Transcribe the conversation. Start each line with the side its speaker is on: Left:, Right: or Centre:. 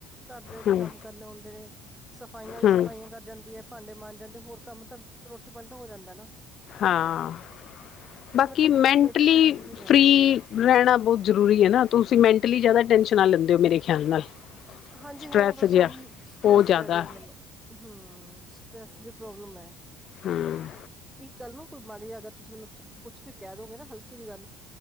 Centre: ਘਰ ਦੇ ਵੀ
Left: ਹਮ
Centre: ਕੰਮ ਕਰਨੇ ਆਉਂਦੇ ਨੇ ਸਫਾਈਆਂ ਦੀ
Left: ਹਮ
Centre: ਸਫਾਈਆਂ ਕਰ ਜਾਂਦੀ ਹੈ ਭਾਂਡੇ ਮਾਂਜ ਜਾਂਦੇ ਹੋਰ ਕੰਮ ਤਾਂ ਰੁੱਤ ਬੰਨ ਤਾਂ ਹੋ ਜਾਂਦਾ ਨਾ
Left: ਹਾਂ
Centre: ਹੁਣ
Left: ਬਾਕੀ
Centre: ਮੈਂ ਤਕਰੀਬਨ
Left: ਮੈਂਟਲੀ
Centre: ਲੇਟੀ ਹੀ ਰਹਿੰਨੀ
Left: ਫਰੀ
Centre: ਆ,
Left: ਰਹਿਣਾ ਬਹੁਤ ਜ਼ਰੂਰੀ ਹੈ ਨਾ ਤੁਸੀਂ ਮੈਂਟਲੀ ਜ਼ਿਆਦਾ ਟੈਨਸ਼ਨ ਲੈਂਦੇ ਹੋ ਮੇਰੇ ਖਿਆਲ ਨਾਲ
Centre: ਹਾਂਜੀ
Left: ਸਟਰ੍ਰੈਸ
Centre: ਹਾਂ ਬਸ
Left: ਜਿਹਾ
Centre: ਉਹੀ ਸਟਰ੍ਰੈਸ
Left: ਉਹ ਜ਼ਿਆਦਾ
Centre: ਜ਼ਿਆਦੇ ਹੈ ਮੈਨੂੰ ਹੂ ਸਟਰ੍ਰੈਸ ਦੀ ਪ੍ਰੋਬਲਮ ਹੈ।
Left: ਹੂ,,,
Centre: ਇੱਕ ਗੱਲ ਨੂੰ ਕੋਈ ਮਣੀ ਜ ਅਗਰ ਤੁਸੀਂ ਮੈਨੂੰ ਕੁੱਛ ਵੀ ਕਹਿ ਦੋਗੇ ਨਾ ਹਲਕੀ ਜਿਹੀ ਗੱਲ